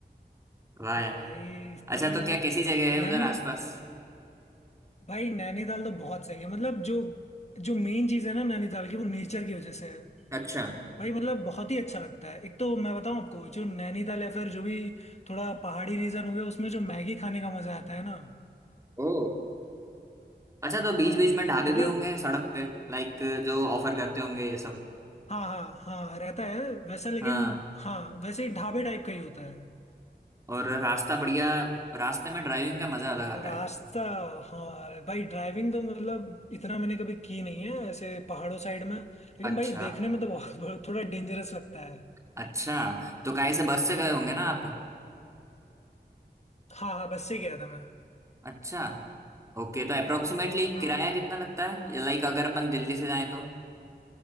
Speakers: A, on the right; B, on the left.
A: वाह
B: हाँ
A: यार
B: भाई
A: अच्छा
B: तो
A: तो क्या कैसी जगह है
B: नैनी
A: उधर आसपास
B: भाई नैनीताल तो बहुत सही है मतलब जो जो मेन चीज़ है ना नैनीताल की वो नेचर की वजह से है
A: अच्छा
B: भाई मतलब बहुत ही अच्छा लगता है एक तो मैं बताऊं आपको जो नैनीताल या फिर जो भी थोड़ा पहाड़ी रीजन हो गया उसमें जो मैगी खाने का मजा आता है ना
A: ओ अच्छा तो
B: हाँ
A: बीच
B: भाई
A: बीच में ढाबे
B: मतलब
A: भी होंगे सड़क पे लाइक जो ऑफर करते होंगे ये सब
B: हाँ हाँ हाँ रहता है वैसा लेकिन
A: हाँ
B: हाँ वैसे ही ढाबे टाइप का ही होता है
A: और रास्ता बढ़िया रास्ते में ड्राइविंग का मजा अलग आता
B: रास्ता
A: है
B: हाँ भाई ड्राइविंग तो मतलब इतना मैंने कभी की नहीं है ऐसे पहाड़ों साइड में लेकिन
A: अच्छा
B: भाई देखने में तो बहुत थोड़ा डेंजरस लगता है
A: अच्छा तो काहे से बस से गए होंगे ना आप
B: हाँ हाँ बस से गया था मैं
A: अच्छा ओके तो अप्रोक्सीमेटली
B: हाँ
A: किराया कितना लगता है लाइक अगर अपन दिल्ली से जाएं तो